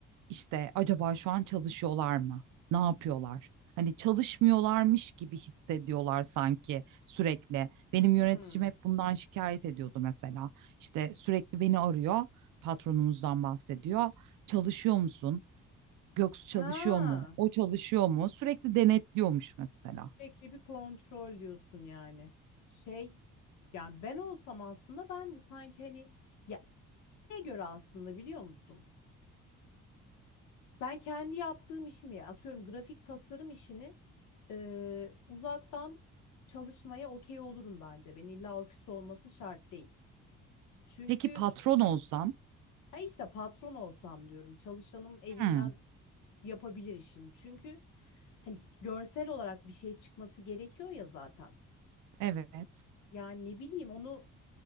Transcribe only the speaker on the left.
Hı.
Aa.
Sürekli bir kontrol diyorsun yani. Şey yani ben olsam aslında ben de sanki hani ya ne göre aslında biliyor musun? Ben kendi yaptığım işimi ya atıyorum grafik tasarım işini e, uzaktan çalışmaya okey olurum bence. Ben illa ofis olması şart değil. Çünkü
ha işte patron olsam diyorum çalışanım evinden
yapabilir işini. Çünkü hani görsel olarak bir şey çıkması gerekiyor ya zaten.
Yani ne bileyim onu